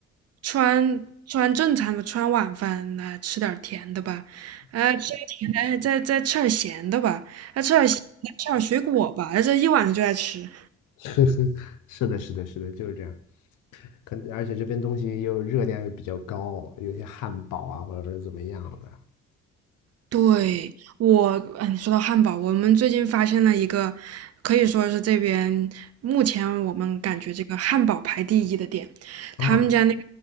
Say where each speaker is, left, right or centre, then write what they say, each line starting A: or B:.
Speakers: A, on the right; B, on the left.
A: 吃完吃完正餐吧，吃完晚饭来吃点儿甜的吧，哎，吃点甜的，哎再再吃点儿咸的吧，再吃点儿咸的，吃点儿水果吧，哎，这一晚上就在吃。
B: <laughs> 是的，是的，是的，就是这样。可能而且这边东西又热量又比较高，有些汉堡啊或者是怎么样的
A: 对，我，嗯，你说到汉堡，我们最近发现了一个，可以说是这边目前我们感觉这个汉堡排第一的店，
B: 啊，
A: 他们家那个